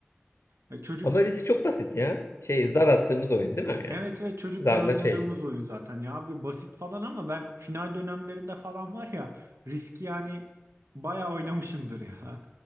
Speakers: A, on the right; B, on the left.
A: E, Çocuk
B: Ama risk çok basit ya. Şey zar attığımız oyun değil mi yani?
A: Evet ve çocukken
B: Zarla
A: oynadığımız
B: şey.
A: oyun zaten ya abi basit falan ama ben final dönemlerinde falan var ya riski yani bayağı oynamışımdır ya